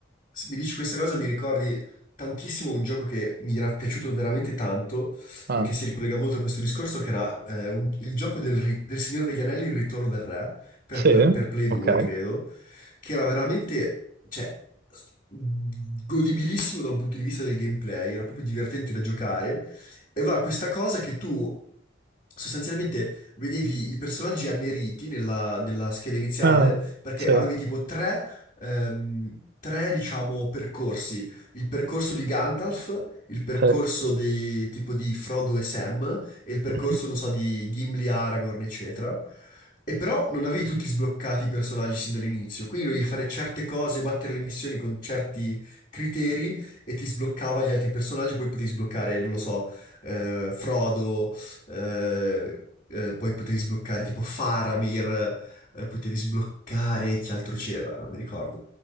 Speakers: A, on the left; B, on the right.
A: se mi dici questa cosa mi ricordi tantissimo un gioco che mi era piaciuto veramente tanto
B: Ah,
A: e che si ricollega molto a questo discorso, che era eh, un- il gioco del, ri- del Signore degli Anelli, Il Ritorno del Re, per,
B: sì,
A: Pla- per Play 2,
B: ok.
A: credo, che era veramente, cioè, s- godibilissimo da un punto di vista del gameplay, era proprio divertente da giocare, e va questa cosa che tu sostanzialmente vedevi i personaggi anneriti nella, nella scheda iniziale
B: Ah,
A: perché
B: sì,
A: avevi tipo tre ehm, tre, diciamo, percorsi. Il percorso di Gandalf, il percorso
B: sì.
A: di, tipo di Frodo e Sam e il percorso,
B: Mhm.
A: non so, di Gimli, Aragorn, eccetera. E però non avevi tutti sbloccati i personaggi sin dall'inizio, quindi dovevi fare certe cose, battere le missioni con certi criteri e ti sbloccava gli altri personaggi, poi potevi sbloccare, non lo so, eh, Frodo, eh, eh, poi potevi sbloccare tipo Faramir, eh, potevi sbloccare, che altro c'era, non mi ricordo.